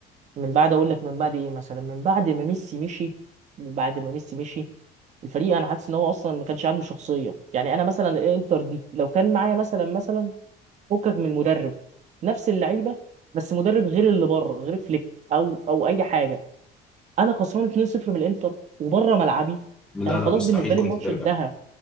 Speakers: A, on the right; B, in the centre.
A: من بعد اقول لك من بعد ايه مثلا من بعد ما ميسي مشي من بعد ما ميسي مشي الفريق انا حاسس ان هو اصلا ما كانش عنده شخصيه يعني انا مثلا الانتر دي لو كان معايا مثلا مثلا فكك من المدرب نفس اللعيبه بس مدرب غير اللي بره غير فليك او او اي حاجه انا خسران 2-0 من الانتر وبره ملعبي
B: لا
A: انا خلاص
B: لا مستحيل
A: بالنسبه
B: كنت
A: لي الماتش
B: ترجع
A: انتهى